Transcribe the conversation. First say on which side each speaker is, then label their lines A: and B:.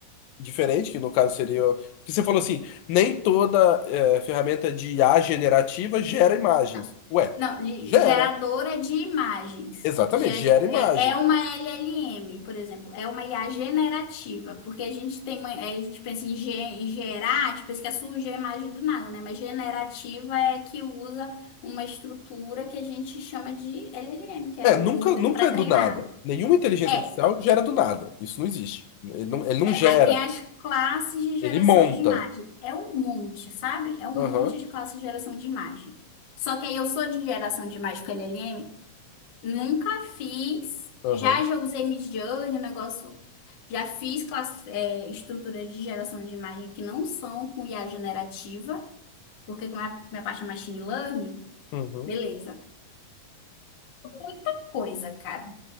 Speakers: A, on the left (about 80°); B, on the left (about 60°).
A: diferente, que no caso seria. Que você falou assim, nem toda eh, ferramenta de IA generativa gera imagens.
B: não.
A: Ué,
B: Não, li-
A: gera.
B: geradora de imagens.
A: Exatamente,
B: Gere-
A: gera
B: é,
A: imagem.
B: é uma LLM, por exemplo, é uma IA generativa, porque a gente tem, uma- é, a gente pensa em, ge- em gerar, tipo, pensa que surge a imagem do nada, né? Mas generativa é que usa uma estrutura que a gente chama de LLM, que é
A: É,
B: o
A: nunca,
B: modelo
A: nunca
B: pré-treinado.
A: é do nada. Nenhuma inteligência
B: É,
A: artificial gera do nada. Isso não existe. Ele não, ele não
B: é,
A: gera,
B: aí tem as classes de geração
A: ele monta.
B: de imagem. É um monte, sabe? É um
A: Aham,
B: monte de classes de geração de imagem. Só que aí eu sou de geração de imagem com LLM. Nunca fiz.
A: aham,
B: Já já usei Midjourney, o negócio. Já fiz classe, é, estruturas de geração de imagem que não são com IA generativa, porque como é a minha parte é machine learning,
A: uhum.
B: beleza. Muita coisa, cara.